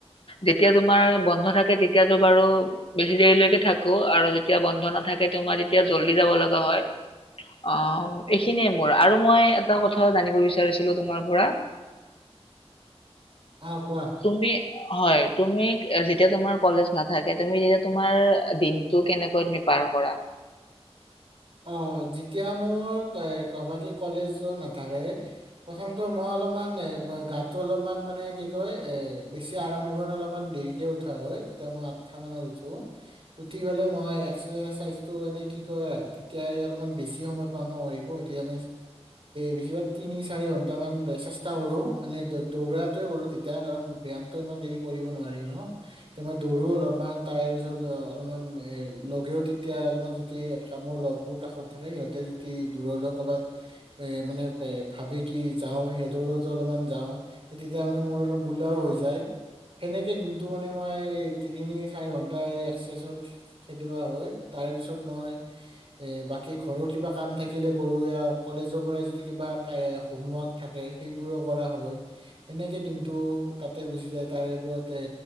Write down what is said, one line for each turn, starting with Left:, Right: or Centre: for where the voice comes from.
Left: যেতিয়া তোমাৰ বন্ধ থাকে তেতিয়াাতো বাৰু বেছি দেৰিলৈকে থাক আৰু যেতিয়া বন্ধ নাথাকে তোমাৰ তেতিয়া জল্দি যাব লগা হয় আহ এইখিনিয়ে মোৰ আৰু মই এটা কথা জানিব বিচাৰিছিলো তোমাৰ পৰা
Right: আহ কোৱা
Left: তুমি হয় তুমি যেতিয়া তোমাৰ কলেজ নাথাকে তুমি যেতিয়া তোমাৰ দিনতটো কেনেকৈ তুমি পাৰ কৰা
Right: অ যেতিয়া মোৰ কবাকি কলেজত নাথাকে প্ৰথমটো মই অলপমান গাটো অলপমান মানে কি কয় এ বেছি আৰাম দিব অলপমান দেৰিকে উঠা হয় তেতিয়া মই আঠটা মানত উঠো, উঠি পেলাই মই এক্সাইজ টো এনে কি কয় তেতিয়াই অলপমান বেছি সময় পাওঁ ন সেইবোৰ <unintelligible> বেছিভাগ তিনি চাৰি ঘন্টামান চেষ্টা কৰো মানে দৌৰাটোৱে কৰো তেতিয়া কাৰণ ব্যয়ামটো ইমান দেৰি কৰিব নোৱাৰি ন তেতিয়া মই দৌৰো অলপমান তাৰ পিছত অলপমান এ লগেও তেতিয়া অলপমান যদি একামোৰ লগ মোৰ কাষত থাকে সিহতে যদি দূৰলৈ কৰবাত এ মানে ভাবে কি যাওঁ সিহঁতৰ লগতো অলপমান যাওঁ স তেতিয়া মানে মোৰ অলপ বোলাও হৈ যায় সেনেকে দিনটো মানে মই তিনি চাৰি ঘন্টা এক্চাইজ খেলোৱা হয় তাৰে পিছত মই এ বাকী ঘৰৰ কিবা কাম থাকিলে কৰো কলেজৰ পৰাই যদি কিবা হোমৱৰ্ক থাকে সেইবোৰো কৰা হয় সেনেকে দিনটো তাতে গুচি যায় তাৰে ওপৰত এ